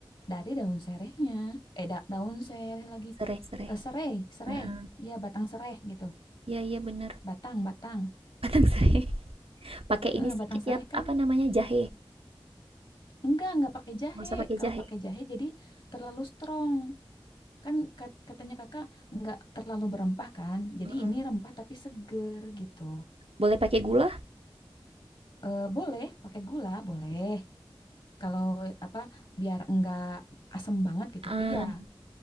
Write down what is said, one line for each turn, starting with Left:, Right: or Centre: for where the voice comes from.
Left: dari daun serehnya. Eh, da- daun sereh lagi.
Right: Sereh sereh.
Left: Eh, serai, serai.
Right: Heeh.
Left: Iya, batang serai gitu.
Right: Iya iya bener.
Left: Batang, batang.
Right: Padang <laughs> sereh. Pakai
Left: Heeh,
Right: ini sedikit
Left: batang serai
Right: ya,
Left: kan
Right: apa namanya jahe.
Left: Enggak, enggak pakai jahe.
Right: Nggak usah pakai
Left: Kalau
Right: jahe.
Left: pakai jahe jadi terlalu strong. Kan kat- katanya kakak enggak terlalu berempah kan. Jadi
Right: Mhm.
Left: ini rempah tapi seger gitu.
Right: Boleh pakai gula?
Left: Eh, boleh pakai gula, boleh. Kalau apa biar enggak asem banget gitu.
Right: Ah,
Left: Iya,